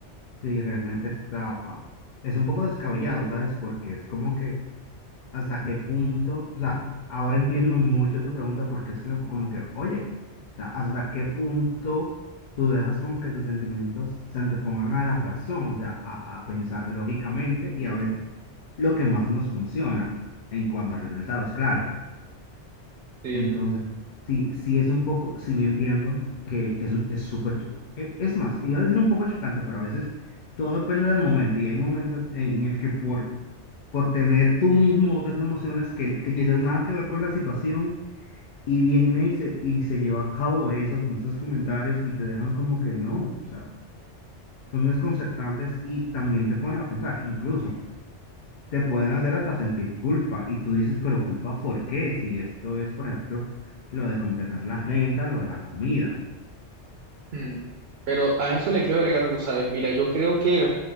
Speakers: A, on the left (about 55°); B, on the right (about 70°).
A: Sí, realmente está... Es un poco descabellado, ¿sabes? Porque es como que... hasta qué punto, o sea, ahora entiendo mucho tu pregunta porque es que como que, oye, o sea, hasta qué punto tú dejas como que tus sentimientos se antepongan a la razón, o sea, a, a pensar lógicamente y a ver lo que más nos funciona en cuanto a resultados, claro.
B: Sí.
A: Entonces, sí, sí es un poco, sí entiendo que es un- es súper, cho- e- es más, iba a decir un poco chocante, pero a veces todo depende del momento y hay momentos en el que por por tener tú mismo otras emociones que, que quizás nada que ver con la situación y viene y se, y se lleva a cabo eso, como esos comentarios y te dejan como que no, o sea, son desconcertantes y también te ponen a pensar, incluso te pueden hacer hasta sentir culpa y tú dices, pero culpa ¿por qué? Si esto es, por ejemplo, lo de completar la renta, lo de la comida.
B: Mm, Pero a eso le quiero agregar algo, ¿sabes? Mira, yo creo que,